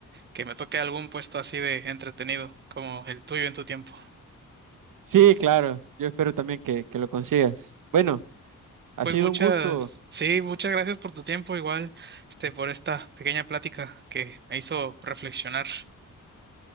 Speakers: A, on the right; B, on the right.
A: que me toque algún puesto así de entretenido, como el tuyo en tu tiempo.
B: Sí, claro. Yo espero también que, que lo consigas. Bueno, ha
A: Pues
B: sido
A: muchas,
B: un gusto
A: sí, muchas gracias por tu tiempo, igual, este, por esta pequeña plática que me hizo reflexionar.